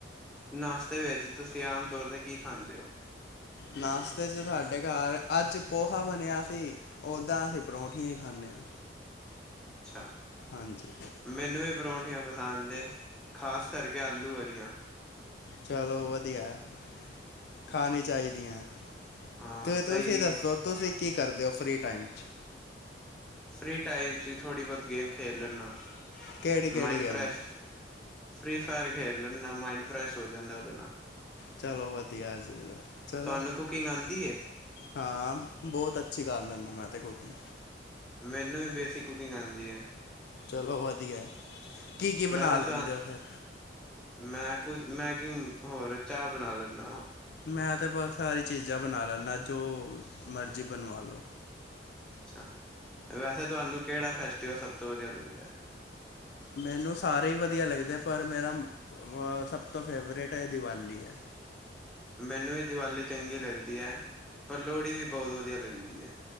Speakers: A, in the centre; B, on the left.
A: ਨਾਸ਼ਤੇ ਵਿੱਚ ਤੁਸੀਂ ਆਮ ਤੌਰ ਤੇ ਕੀ ਖਾਂਦੇ ਹੋ?
B: ਨਾਸਤੇ ਚ ਸਾਡੇ ਘਰ ਅੱਜ ਪੋਹਾ ਬਣਿਆ ਸੀ। ਉੱਦਾਂ ਅਸੀਂ ਪਰੌਂਠੀਆਂ ਹੀ ਖਾਂਨੇ ਹਾਂ।
A: ਅੱਛਾ।
B: ਹਾਂਜੀ।
A: ਮੈਨੂੰ ਵੀ ਪਰੌਂਠੀਆਂ ਪਸੰਦ ਏ, ਖ਼ਾਸ ਕਰਕੇ ਆਲੂ ਵਾਲੀਆਂ।
B: ਚਲੋ ਵਧੀਆ, ਖਾਣੀ ਚਾਹੀਦੀ ਐ।
A: ਹਾਂ
B: ਤੇ ਤੁਸੀਂ
A: ਸਹੀ
B: ਦੱਸੋ, ਤੁਸੀਂ ਕੀ ਕਰਦੇ ਓ ਫ੍ਰਰੀ ਟਾਈਮ'ਚ?
A: ਫ੍ਰੀ ਟਾਈਮ'ਚ ਈ ਥੋੜ੍ਹੀ-ਬਹੁਤ ਗੇਮ ਖੇਲ ਲੇਂਨਾ,
B: ਕਿਹੜੀ ਕਿਹੜੀ
A: ਮਾਈਂਡ
B: ਗੇਮਾਂ
A: ਫਰੈਸ਼ ਫ੍ਰੀ ਫਾਇਰ ਖੇਲ ਲੈਂਨਾ, ਮਾਈਂਡ ਫਰੈਸ਼ ਹੋ ਜਾਂਦਾ ਉਹਦੇ ਨਾਲ।
B: ਚਲੋ ਵਧੀਆ ਚਾਹੀਦਾ, ਚਲੋ।
A: ਤੁਹਾਨੂੰ ਕੁਕਿੰਗ ਆਂਦੀ ਏ?
B: ਹਾਂ, ਬਹੁਤ ਅੱਛੀ ਕਰ ਲੈਂਨਾ, ਮੈਂ ਤੇ ਕੁਕਿੰਗ।
A: ਮੈਨੂੰ ਵੀ ਬੇਸਿਕ ਕੁਕਿੰਗ ਆਂਦੀ ਏ।
B: ਚਲੋ ਵਧੀਆ। ਕੀ-ਕੀ ਬਣਾ
A: ਵੈਸੇ
B: ਲੈਂਦੇ
A: ਤਾਂ
B: ਓ, ਫੇਰ?
A: ਮੈਂ ਕੁਝ, ਮੈਂ ਕਿ ਹੋਰ ਚਾਹ ਬਣਾ ਲੈਂਨਾ ਵਾ।
B: ਮੈਂ ਤਾਂ ਬਰਫ਼ ਵਾਲੀ ਚੀਜ਼ਾਂ ਬਣਾ ਲੈਂਨਾ, ਜੋ ਮਰਜ਼ੀ ਬਣਵਾਲੋ।
A: ਅਛਾ, ਵੈਸੇ ਤੁਹਾਨੂੰ ਕਿਹੜਾ ਫੈਸਟੀਵਲ ਸਭ ਤੋਂ ਵਧੀਆ ਲੱਗਦੈ?
B: ਮੈਨੂੰ ਸਾਰੇ ਈ ਵਧੀਆ ਲੱਗਦੇ, ਪਰ ਮੇਰਾ ਸਭ ਤੋਂ ਫੇਵਰੇਟ ਏ, ਦੀਵਾਲੀ ਐ।
A: ਮੈਨੂੰ ਵੀ ਦਿਵਾਲੀ ਚੰਗੀ ਲੱਗਦੀ ਐ, ਪਰ ਲੋਹੜੀ ਵੀ ਬਹੁਤ ਵਧੀਆ ਲੱਗਦੀ ਐ।